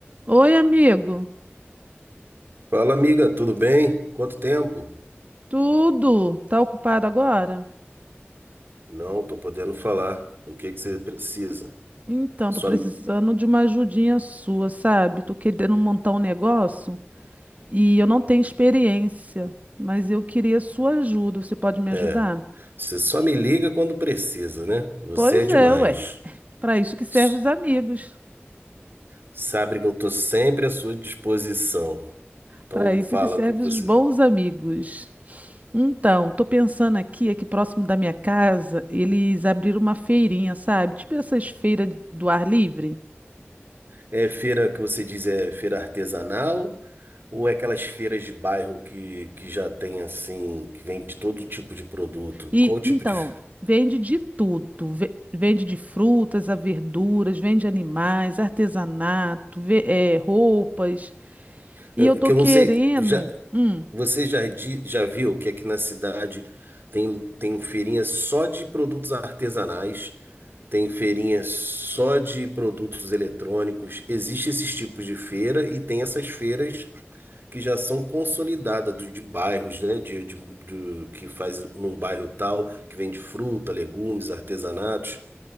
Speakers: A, on the right; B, on the right.
A: Oi, amigo.
B: Fala, amiga, tudo bem? Quanto tempo?
A: Tudo? Tá ocupado agora?
B: Não, tô podendo falar. O que que você precisa?
A: Então,
B: Só,
A: tô precisando de uma ajudinha sua, sabe? Tô querendo montar um negócio e eu não tenho experiência, mas eu queria sua ajuda. Você pode me
B: é,
A: ajudar?
B: você só me liga quando precisa, né? Você
A: Pois
B: é demais.
A: é, ué. Pra isso que servem
B: S-
A: os amigos.
B: Sabe que eu tô sempre à sua disposição. Então
A: Pra isso
B: fala
A: que servem
B: o que que você.
A: os bons amigos. Então, tô pensando aqui, aqui próximo da minha casa, eles abriram uma feirinha, sabe? Tipo essas feiras do ar livre.
B: É feira que você diz é feira artesanal ou é aquelas feiras de bairro que, que já tem assim, que vende todo tipo de produto?
A: E
B: Qual o tipo
A: então,
B: de fe-
A: vende de tudo. Ve- Vende de frutas a verduras, vende animais, artesanato, ve- eh, roupas. E
B: é,
A: eu tô
B: que
A: querendo.
B: eu não sei, já
A: Hum,
B: Você já, di- já viu que aqui na cidade tem, tem feirinha só de produtos artesanais, tem feirinha só de produtos eletrônicos, existe esses tipos de feira e tem essas feiras que já são consolidadas de, de bairros, né? De, de, do- que faz num bairro tal, que vende fruta, legumes, artesanatos.